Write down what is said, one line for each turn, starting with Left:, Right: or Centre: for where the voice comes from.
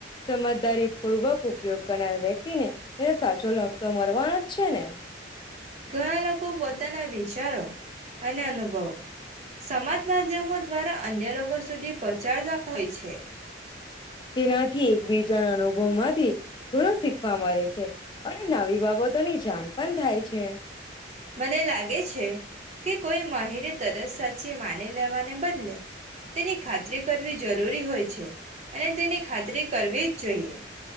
Left: સમજદારીપૂર્વક ઉપયોગ કરનાર વ્યક્તિને તેને સાચો લાભતો મળવાનો જ છે ને?
Right: ઘણા લોકો પોતાના વિચારો અને અનુભવો સમાજમાધ્યમો દ્વારા અન્ય લોકો સુ સુધી પહોંચાડતા હોય છે.
Left: તેનાથી એકબીજાના અનુભવ માંથી ઘણું શીખવા મળે છે અને નવી બાબતોની જાણ પણ થાય છે.
Right: મને લાગે છે. કે કોઈ માહિતી તરત સાચી માની લેવાને બદલે તેની ખાતરી કરવી જરૂરી હોય છે અને તેની ખાતરી કરવી જ જોઈએ.